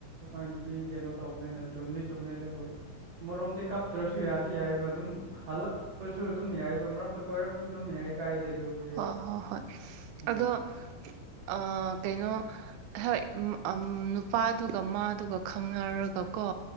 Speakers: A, on the right; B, on the right.
A: ꯍꯣꯏ ꯅꯨꯄꯤ ꯀꯩꯅꯣ ꯇꯧꯕꯅꯤꯅ ꯆꯨꯝꯗꯤ ꯆꯨꯝꯃꯦ ꯑꯗꯨꯕꯨ ꯑꯃꯔꯣꯝꯗꯤ ꯀꯞꯇ꯭ꯔꯁꯨ ꯌꯥꯗꯤ ꯌꯥꯏꯕ ꯑꯗꯨꯝ ꯍꯜꯂꯛ ꯁꯨ ꯑꯗꯨꯝ ꯌꯥꯏꯕ ꯃꯔꯛꯇ ꯀꯣꯏꯔꯛꯄꯁꯨ ꯑꯗꯨꯝ ꯌꯥꯏ ꯀꯥꯏꯗꯦ ꯑꯗꯨꯕꯨꯗꯤ
B: ꯍꯣ ꯍꯣ ꯍꯣꯏ
A: ꯎꯝ
B: ꯑꯗꯣ ꯑꯥ ꯀꯩꯅꯣ ꯍꯣꯏ ꯅꯨꯄꯥꯗꯨꯒ ꯃꯥꯗꯨꯒ ꯈꯪꯅꯔꯒꯀꯣ